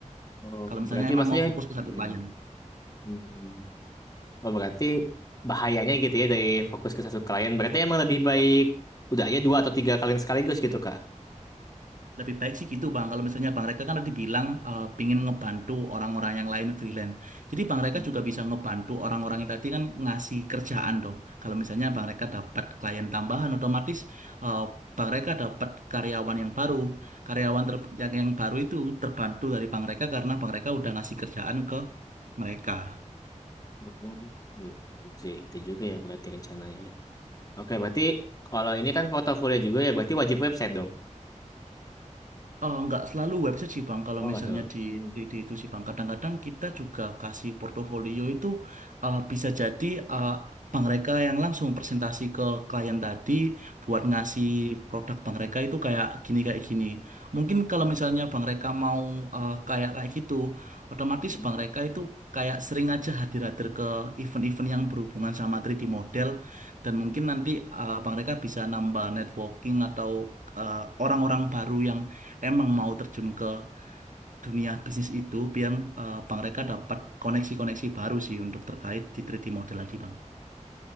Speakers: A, on the left; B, on the right.
A: Oh,
B: Kalau misalnya
A: Berarti
B: emang
A: maksudnya
B: mau fokus ke satu
A: hmm,
B: klien.
A: hmm. Oh, berarti bahayanya gitu ya dari fokus ke satu klien. Berarti emang lebih baik udah aja dua atau tiga klien sekaligus gitu Kak.
B: Lebih baik sih gitu Bang, kalau misalnya Bang Reka kan tadi bilang eh, pingin ngebantu orang-orang yang lain freelance. Jadi Bang Reka
A: ya.
B: juga bisa ngebantu orang-orang yang tadi kan ngasih kerjaan dong. Kalau misalnya Bang Reka dapat klien tambahan, otomatis eh, Bang Reka dapat karyawan yang baru. Karyawan ter- yang, yang baru itu terbantu dari Bang Reka karena Bang Reka udah ngasih kerjaan ke mereka.
A: Oh, ya. oh. Sih, itu juga ya berarti rencananya. Oke, berarti kalau ini kan portofolio juga ya, berarti wajib website dong.
B: Eh, nggak selalu website sih Bang, kalau
A: Oh, nggak
B: misalnya
A: salah.
B: di,
A: Hmm.
B: di, di itu sih Bang. Kadang-kadang kita juga kasih portofolio itu eh, bisa jadi eh, bank mereka yang langsung presentasi ke klien tadi buat
A: Hmm.
B: ngasih produk bang mereka itu kayak gini kayak gini. Mungkin kalau misalnya bang mereka mau eh, kayak kayak gitu, otomatis
A: Hmm.
B: bang mereka itu kayak sering aja hadir-hadir ke event-event yang berhubungan sama 3D model dan mungkin nanti eh, bank mereka bisa nambah networking atau eh, orang-orang baru yang emang mau terjun ke dunia bisnis itu biar eh, Bang Reka dapat koneksi-koneksi baru sih untuk terkait di 3D model tadi Bang.